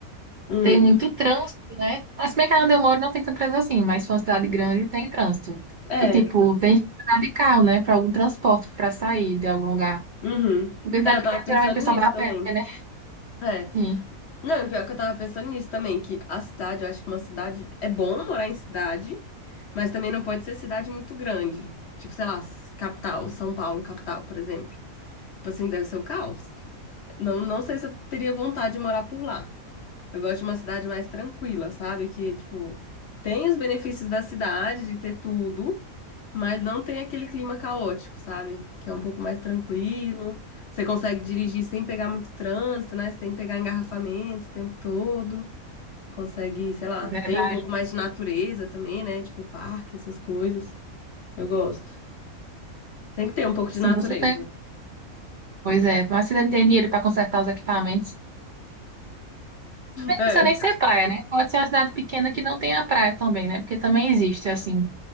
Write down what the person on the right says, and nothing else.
tem muito trânsito, né? Mas como é que onde eu moro não tem tanto trânsito assim, mas se for uma cidade grande tem trânsito.
E tipo, tem que andar de carro, né, para algum transporte, para sair de algum lugar.
Porque cidade
pequena,
geralmente o pessoal
vai a
pé, né?
Sim,
verdade.
Sim,
você tem. Pois é, mas você não tem dinheiro para consertar os equipamentos. Nem
precisa nem ser praia, né? Pode ser uma cidade pequena que não tenha praia também, né? Porque também existe, assim.